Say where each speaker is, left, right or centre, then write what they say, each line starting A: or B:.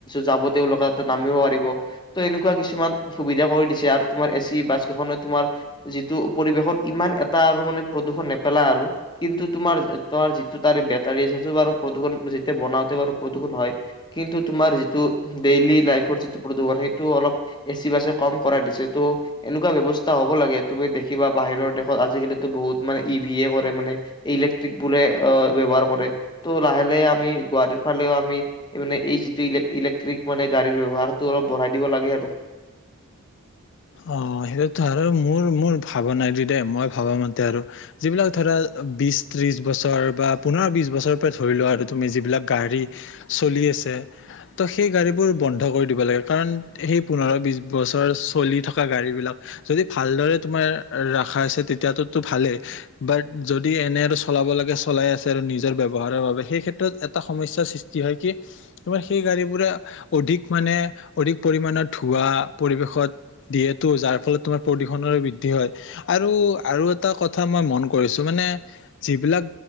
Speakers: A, on the left; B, on the left.
A: যাব তেওঁলোকে তাতে নামিব পাৰিব ত এনেকুৱা কিছুমান সুবিধা কৰি দিছে আৰু তোমাৰ এ চি বাছ কেইখনে তোমাৰ যিটো পৰিৱেশত ইমান এটা আৰু মানে প্ৰদূষণ নেপেলা আৰু কিন্তু তোমাৰ তাৰ যিটো তাৰে ব প্ৰদূষণ যেতিয়া বনাওতে বাৰু প্ৰদূৰষণ হয় কিন্তু তোমাৰ যিটো ডেইলি লাইফৰ যিটো প্ৰদূৰণ সেইটো অলপ এচি বাচ কম কৰাই দিছে ত' এনেকুৱা ব্যৱস্থা হ'ব লাগে তুমি দেখিবা বাহিৰৰ দেশত আজিকালিতো বহুত মানে ই ভি এ কৰে মানে ইলেক্ট্ৰিক বোলে ব্যৱহাৰ। কৰে ত' লাহে লাহে আমি গুৱাহীৰ ফালেও আমি মানে এই যিটো ইলেক্ট্ৰিক মানে গাড়ীৰ ব্যৱহাৰটো অলপ বঢ়াই দিব লাগে আৰু
B: অ সেইটোতো আৰু মোৰ মোৰ ভাব নাই দি দেই মই ভবা মতে আৰু যিবিলাক ধৰা বিশ ত্ৰিশ বছৰ বা পোন্ধৰ বিশ বছৰৰ পৰা ধৰি লোৱা আৰু তুমি যিবিলাক গাড়ী চলি আছে ত সেই গাড়ীবোৰ বন্ধ কৰি দিব লাগে কাৰণ সেই পোন্ধৰ বি বছৰ চলি থ থকা গাড়ী বিলাক যদি ভালদৰে তোমাৰ ৰখা হৈছে তেতিয়াতোতো ভালেই বাট যদি এনে আৰু চলাব লাগে চলাই আছে আৰু নিজৰ ব্যৱহাৰৰ বাবে সেই ক্ষেত্ৰত এটা সমস্যাৰ সৃষ্টি হয় কি তোমাৰ সেই গাড়ীবোৰে অধিক মানে অধিক পৰিমানৰ ধুৱা পৰিৱেশত দিয়েটো যাৰ ফলত তোমাৰ প্ৰদূষণৰ বৃদ্ধি হয়। আৰু আৰু এটা কথা মই মন কৰিছো মানে যিবিলাক